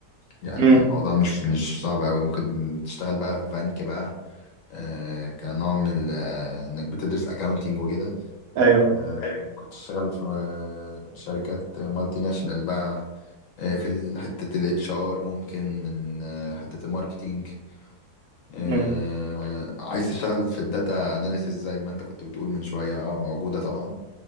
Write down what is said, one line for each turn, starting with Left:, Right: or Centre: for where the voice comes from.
Left: يعني
Right: امم
Left: الموضوع مش مش صعب قوي ممكن تشتغل بقى في بنك بقى آه كنوع من ال- آه، انك بتدرس اكاونتنج وكده
Right: ايوه
Left: آه ايوه كنت تشتغل في آه، شركات مالتي ناشونال بقى آه في ال- حتة الاتش ار ممكن من آه حتة الماركتينج آه
Right: امم
Left: عايز تشتغل في الداتا اناليسيس زي ما انت كنت بتقول من شوية اه موجودة طبعا